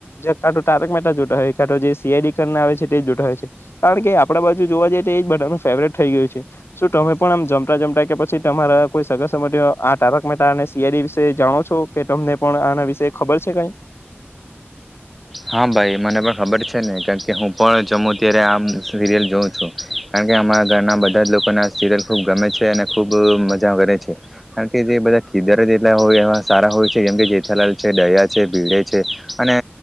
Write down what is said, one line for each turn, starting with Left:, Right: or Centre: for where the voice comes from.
Left: જે કા તારક માટેતા જોતા હોય જે સીઆઈડી કરીને આવે છે જોતા હોય છે કારણ કે આપણા બાજુ જોવા જઈએ તો એજ બધાનું ફેવરેટ થઈ ગયું છે શું તમે પણ આમ જમતા જમતા કે પછી તમારા કોઈ સગા સબંધીઓ આ તારક મહેતા અને સીઆઈડી વિશે જાણો છો કે તમને પણ આના વિશે ખબર છે કઈ
Centre: હા ભાઈ મને પણ ખબર છે ને કારણ કે હું પણ જમું અત્યારે આમ સિરિયલ જોઉં છું કારણ કે અમારા ઘરના બધા જ લોકોને આ સિરિયલ ખૂબ ગમે છે અને ખૂબ મજા કરે છે કારણ કે જે બધા કીદાર જેટલા હોય એવા સારા હોય છે જેમ કે જેઠાલાલ છે ડયા છે ભીળે છે અને